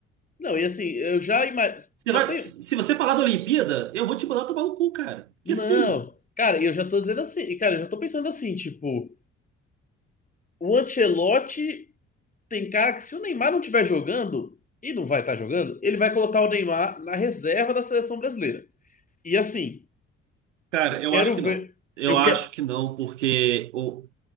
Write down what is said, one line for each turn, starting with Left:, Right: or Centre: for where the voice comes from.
Left: Não, e assim, eu já imagino.
Right: Você
Left: Já
Right: vai-
Left: tenho.
Right: se, se você falar da Olimpíada, eu vou te mandar tomar no cu, cara. Porque
Left: Não,
Right: assim,
Left: cara, eu já tô dizendo assim. E, cara, eu já tô pensando assim, tipo, o Ancelotti tem cara que se o Neymar não estiver jogando, e não vai estar jogando, ele vai colocar o Neymar na reserva da seleção brasileira. E assim,
Right: cara,
Left: eu
Right: eu
Left: quero
Right: acho
Left: ver.
Right: que não. Eu
Left: Eu
Right: acho
Left: quero
Right: que não, porque o,